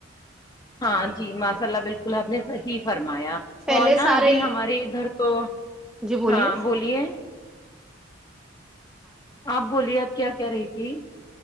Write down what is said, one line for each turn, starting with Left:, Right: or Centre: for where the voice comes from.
Left: ہاں جی ماشاء اللہ بالکل ہم نے صحیح فرمایا
Centre: پہلے
Left: اور
Centre: سارے
Left: نہا ابھی ہمارے ادھر تو
Centre: جی بولیے
Left: ہاں بولیے آپ بولیے آپ کیا کہہ رہی تھی